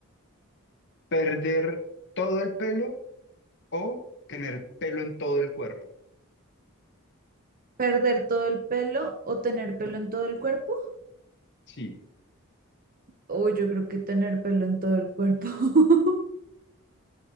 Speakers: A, on the left; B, on the right.
A: ¿Perder todo el pelo o tener pelo en todo el cuerpo?
B: ¿Perder todo el pelo o tener pelo en todo el cuerpo?
A: Sí,
B: Uy, yo creo que tener pelo en todo el cuerpo. <laughs>